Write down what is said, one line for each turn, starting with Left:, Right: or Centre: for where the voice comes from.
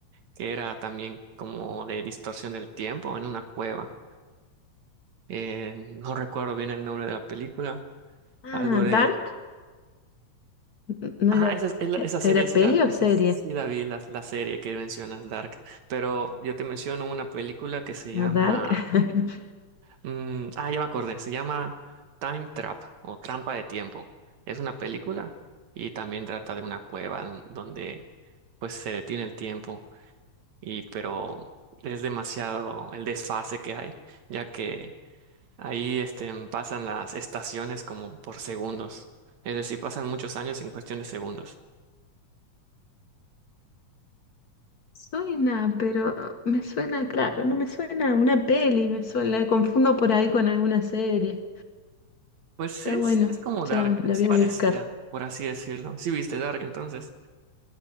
Right: que era también como de distorsión del tiempo en una cueva. Eh, no recuerdo bien el nombre de la película,
Left: Ah,
Right: algo de
Left: Dark, n- no
Right: Ah,
Left: era,
Right: esa, es la- esa serie
Left: ¿era
Right: sí
Left: peli
Right: la,
Left: o
Right: esa
Left: serie?
Right: sí la vi, la, la serie que mencionas, Dark. Pero yo te menciono una película que se llama.
Left: Ah, Dark. <laughs>
Right: mm, ah, ya me acordé. Se llama Time Trap o Trampa de Tiempo. Es una película y también trata de una cueva en donde pues se detiene el tiempo. Y pero es demasiado el desfase que hay, ya que ahí este, pasan las estaciones como por segundos. Es decir, pasan muchos años en cuestión de segundos.
Left: Suena, pero ah, me suena, claro, no me suena a una peli, me suena, la confundo por ahí con alguna serie.
Right: Pues
Left: Está
Right: es,
Left: bueno,
Right: es como
Left: ya
Right: Dark,
Left: la
Right: es
Left: voy
Right: parecida,
Left: a buscar.
Right: por así decirlo. Sí viste Dark entonces.